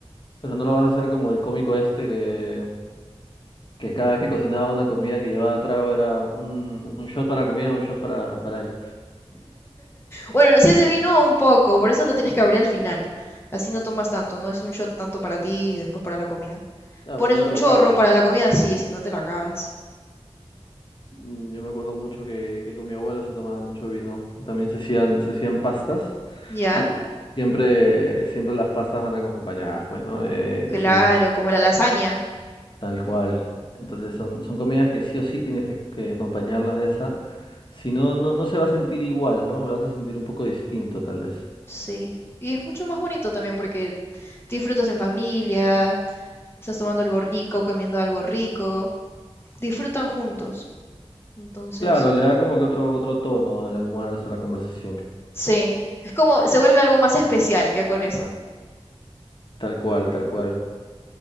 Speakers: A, on the left; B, on the left.
A: pero no lo vas a hacer como el cómico este que, que cada vez que cocinaba una comida que llevaba trago era un, un shot para la comida, un shot para, para él.
B: Bueno, si es de vino, un poco, por eso lo tienes que abrir al final. Así no tomas tanto, no es un shot tanto para ti y después para la comida.
A: Claro,
B: Pones
A: si no
B: un
A: te
B: chorro
A: lo acabas.
B: para la comida, sí, si no te lo acabas.
A: Mm, Yo me acuerdo mucho que, que con mi abuelo se tomaba mucho vino. También se hacían, se hacían pastas
B: ¿Ya?
A: y pues siempre, siempre las pastas van acompañadas, pues, ¿no? De, de
B: Claro,
A: su vinito.
B: como la lasaña.
A: Tal cual. Entonces son, son comidas que sí o sí tienes que, que acompañarlas de esa. Si no, no, no se va a sentir igual, ¿no? Lo vas a sentir un poco distinto, tal vez.
B: Sí. Y es mucho más bonito también porque disfrutas en familia, estás tomando algo rico, comiendo algo rico, disfrutan juntos. Entonces,
A: Claro, le da como que otro, otro tono al almuerzo, a la conversación.
B: Sí, es como, se vuelve algo más especial ya con eso.
A: Tal cual, tal cual.